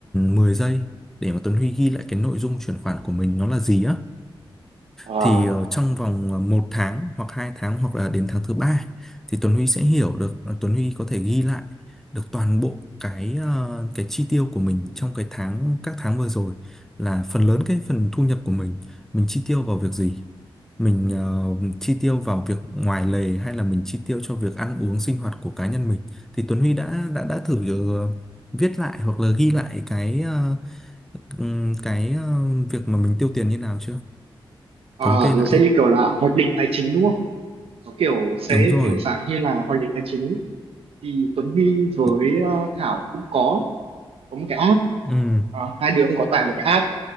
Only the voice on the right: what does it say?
Ờ,
ờ,
nó
sẽ như kiểu là hoạch định tài chính đúng không nó kiểu sẽ
kiểu dạng như là hoạch định tài chính thì Tuấn Huy với
ờ, Thảo cũng có có một cái app
Ờ, hai đứa cũng có tải một cái app